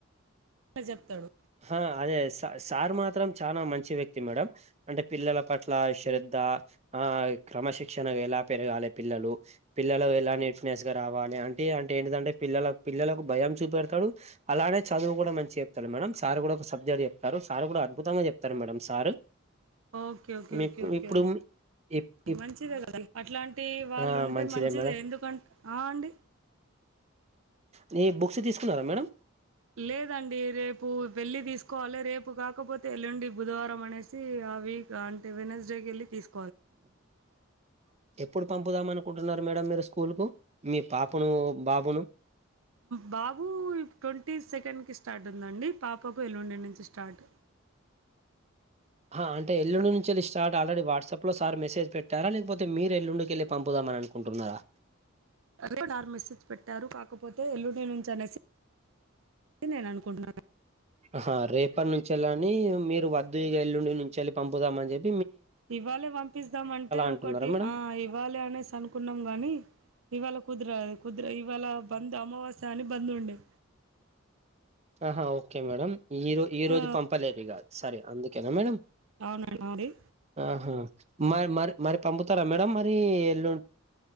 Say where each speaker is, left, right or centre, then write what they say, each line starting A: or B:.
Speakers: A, on the right; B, on the right.
A: చెప్తాడు
B: ఆ అదే సార్ సార్ మాత్రం చానా మంచి మంచి వ్యక్తి మేడం అంటే పిల్లల పట్ల శ్రధ ఆ క్రమశిక్షణ ఎలా పెరగాలి పిల్లలు పిల్లలు ఎలా నీట్నెస్ గా రావాలి అంటే భయం అంటే ఏంటంటే పిల్లల పిల్లలకు భయం చూపెడతాడు అలానే చదువు కూడా మంచి చె చెప్తారు మేడం సార్ కూడా ఒక సబ్జెక్ట్ చెప్తారు సార్ కూడా అద్భుతంగా చెప్తారు madam sir
A: okay okay
B: మీకు
A: ఓకే okay
B: ఇప్పుడు
A: అని
B: ఇప్ ఇప్
A: మంచిదే కదా అట్లాంటి వాళ్ళు
B: ఆ
A: ఉంటే మంచిదే
B: మేడం
A: ఎందుకంటే ఆ అండి
B: నీ బుక్స్ తీసుకున్నారా మేడం
A: లేదండి రేపు వెళ్లి తీసుకోవాలి రేపు కాకపోతే ఎల్లుండి బుధవారం ఇత్తామనేసి ఆ వీక్ అంటే వెనస్డే కెళ్ళి వెళ్లి తీసు
B: ఎప్పుడు పం పంపుదాం అనుకుంటున్నారు మేడం మీరు స్కూల్ కు మీ పాపను బాబును
A: బాబట్వంటీ సెకండ్ కి స్టార్ట్ ఉందండి పాపకి ఎల్లువండి నుంచి స్టార్ట్
B: ఆహా అంటే ఎల్లుండించి వెళ్ళ స్టార్ట్ ఆల్రెడీ వాట్సప్ లో సార్ మెసేజ పెట్టా లేకపోతే మీరు ఎల్లుండికెళ్ళి పంపుదాం పంపాలు అనుకుంటున్నారా
A: రేపు సార్ మెసేజ్ పెట్టారు కాకపోతే ఎల్లుడి నుంచి అనేసి నేను అనుకుంటున్నాను
B: హా రేపటి నుంచే అని మీరు వద్దు ఇగ ఎల్లుండి నుంచి అని పంపుదాం అనేసి
A: ఇవ్వాలే పంపిస్తామ అంటే
B: అంటున్నారా
A: ఒకటి
B: మేడం
A: ఆ ఇవ్వాలి అనేసి అనుకున్నాం గాని ఇవాళ కుదర కుదర ఇవాళ బంద్ అమావాస్య అని బంద్ ఉండే
B: ఆహా ఒకే మేడం ఈ ఈ
A: ఆ
B: రోజు పంపలేదు ఇగ సరే అందుకేనా మేడం
A: అవునండి <inaudible> అవు
B: ఆహా మరి మరి మరి పంపుతారా మేడం మరి ఎల్ల్